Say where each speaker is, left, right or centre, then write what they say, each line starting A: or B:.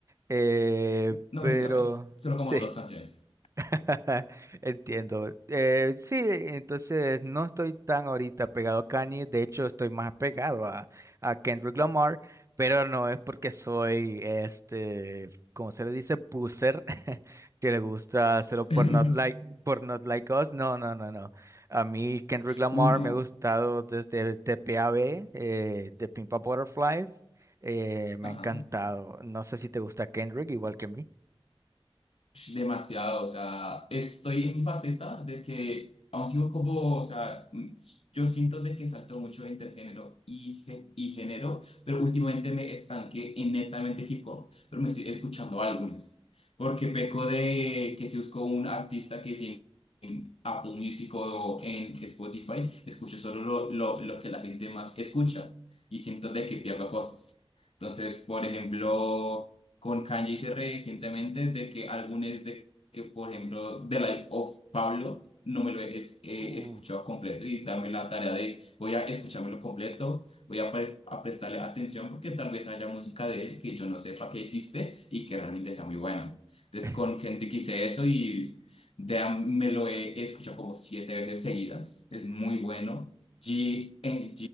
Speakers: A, on the right; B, on the left.
A: eh,
B: No
A: pero
B: merece la pena. Solo
A: sí.
B: como dos canciones.
A: <laughs> Entiendo. Eh, sí, entonces no estoy tan ahorita pegado a Kanye, de hecho estoy más pegado a, a Kendrick Lamar, pero no es porque soy, este, como se le dice, puser, <laughs> que le gusta hacerlo por
B: <laughs>
A: Not Like, por Not Like Us. No, no, no, no. A mí Kendrick Lamar
B: Uy, no.
A: me ha gustado desde TPAB, eh, de Pimp a Butterfly, eh, me
B: Ajá.
A: ha encantado. No sé si te gusta Kendrick igual que a mí.
B: Ush, Demasiado, o sea, estoy en mi faceta de que aún sigo como, o sea, mm, yo siento de que salto mucho entre género y, gé- y género, pero últimamente me estanqué en netamente hip hop, pero me estoy escuchando álbumes, porque peco de que si busco un artista que si en Apple Music o en Spotify, escucho solo lo, lo, lo que la gente más escucha y siento de que pierdo cosas. Entonces, por ejemplo con Kanye hice recientemente de que álbumes de que, por ejemplo, The Life of Pablo, no me lo he es- he
A: Uh,
B: escuchado completo y dame la tarea de voy a escuchármelo completo, voy a, pre- a prestarle atención porque tal vez haya música de él que yo no sepa que existe y que realmente sea muy buena. Entonces
A: <laughs>
B: con Kendrick hice eso y de- me lo he escuchado como siete veces seguidas, es muy bueno. G, N